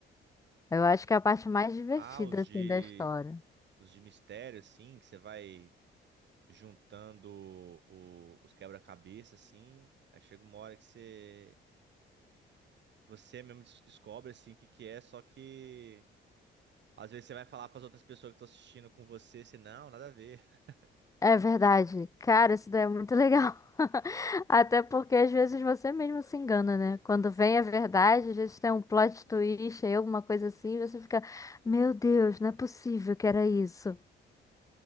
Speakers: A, on the left; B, on the right.
A: Eu acho que é a parte mais divertida,
B: Ah, os de.
A: assim, da história.
B: os de mistério, assim, que você vai juntando o- os quebra-cabeça, assim. Aí chega uma hora que você, você mesmo des- descobre, assim, o que que é, só que às vezes você vai falar para as outras pessoas que estão assistindo com você, você, não, nada a ver. <laughs>
A: É verdade. Cara, isso daí é muito legal. <laughs> Até porque às vezes você mesmo se engana, né? Quando vem a verdade, às vezes tem um plot twist aí, alguma coisa assim, e você fica, meu Deus, não é possível que era isso.